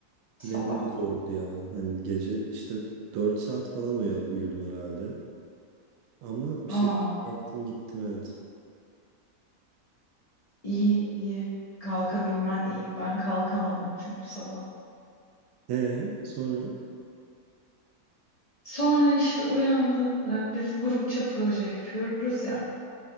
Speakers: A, on the left; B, on the right.
A: sabah?
B: Benim de zordu ya. Hani gece işte 4 saat falan uya- uyudum herhalde. Ama bir
A: Aa,
B: şekilde kalktım gittim evet.
A: iyi iyi. Kalkabilmen iyi. Ben kalkamadım çünkü sabah.
B: Ee, sonra?
A: Sonra işte uyandım. Ee, Biz grupça proje yapıyoruz ya.